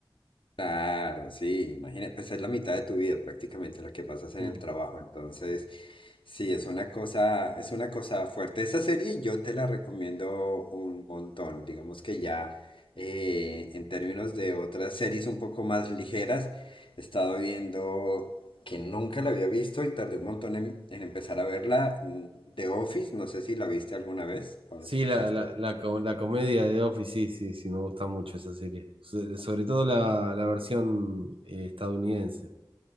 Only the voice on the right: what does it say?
Mm.
Sí,
la, la, la, co- la comedia de Office, sí, sí, sí, me gusta mucho esa serie. So- Sobre todo la, la versión eh, estadounidense.